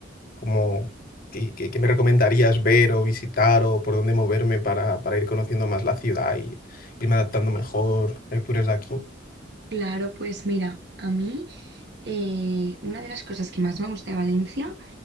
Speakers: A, on the left; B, on the right.
A: como, ¿qué, qué- qué me recomendarías ver o visitar o por dónde moverme para, para ir conociendo más la ciudad y irme adaptando mejor? Eh, Tú eres de aquí.
B: Claro, pues mira, a mí eh, una de las cosas que más me gusta de Valencia